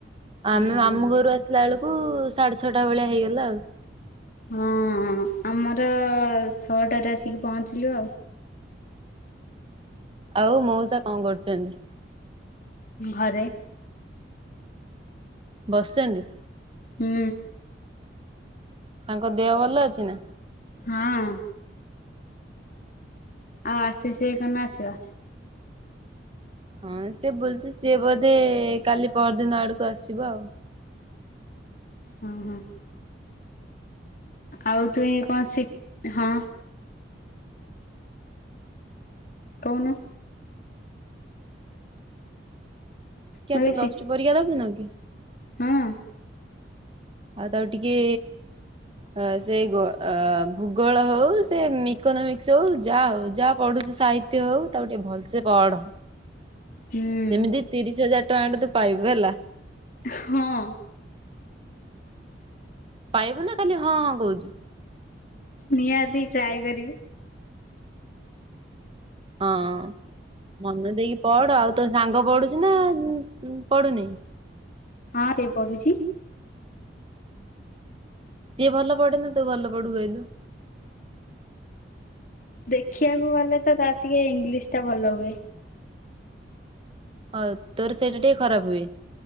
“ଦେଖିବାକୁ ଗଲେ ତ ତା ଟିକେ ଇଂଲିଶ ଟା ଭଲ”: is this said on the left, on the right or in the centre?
Left